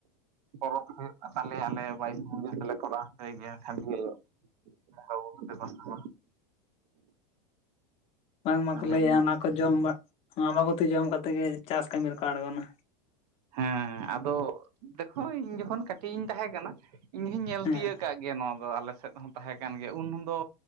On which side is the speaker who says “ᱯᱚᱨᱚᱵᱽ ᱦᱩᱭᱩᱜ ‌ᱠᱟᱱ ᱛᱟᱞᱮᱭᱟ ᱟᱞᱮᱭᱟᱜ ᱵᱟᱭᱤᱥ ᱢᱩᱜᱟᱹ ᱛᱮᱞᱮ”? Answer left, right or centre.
Right